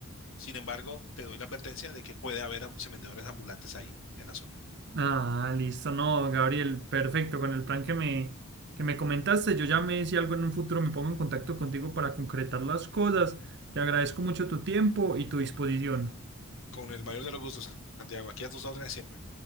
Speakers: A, on the left; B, on the right.
A: Sin embargo, te doy la advertencia de que puede haber am- vendedores ambulantes ahí en la zona.
B: Ah, listo, no, Gabriel, perfecto. Con el plan que me, que me comentaste, yo ya me si algo en un futuro me pongo en contacto contigo para concretar las cosas. Te agradezco mucho tu tiempo y tu disposición.
A: Con el mayor de los gustos, Santiago, aquí a tus órdenes siempre.